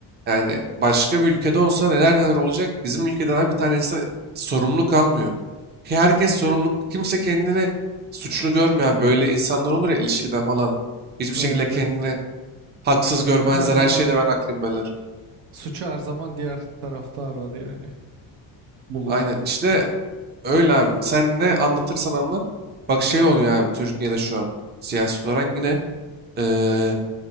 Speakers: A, on the right; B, on the right.
A: yani başka bir ülkede olsa neler neler olacak. Bizim ülkeden abi bir tane insan sorumlu kalmıyor. Ki Herkes sorumluluk. Kimse kendini suçlu görmüyor. abi. Böyle insanlar olur ya ilişkide falan. Hiçbir şekilde
B: evet,
A: kendini
B: evet.
A: haksız görmezler.
B: Her zaman
A: Her şeyde ben haklıyım derler.
B: suçu her zaman diğer tarafta arar yani. Bulur.
A: Aynen işte öyle abi. Sen ne anlatırsan anlat. Bak şey oluyor abi Türkiye'de şu an siyaset olarak yine eee